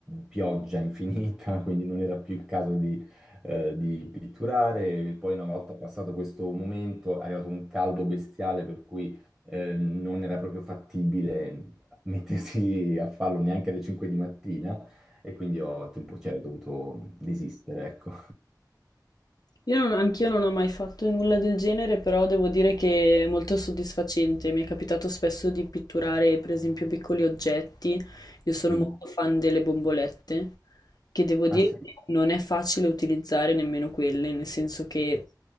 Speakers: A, on the right; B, on the left.
A: pioggia infinita, <laughs> quindi non era più il caso di, eh, di pitturare. Poi, una volta passato questo momento, è arrivato un caldo bestiale per cui eh, non era proprio fattibile mettersi a farlo neanche alle 5 di mattina e quindi ho, tempo- cioè, ho dovuto desistere, ecco.
B: Io non, anch'io non ho mai fatto nulla del genere, però devo dire che è molto soddisfacente. Mi è capitato spesso di pitturare, per esempio, piccoli oggetti. Io sono
A: Mm.
B: molto fan delle bombolette, che devo dire
A: Ah, sì?
B: che non è facile utilizzare nemmeno quelle, nel senso che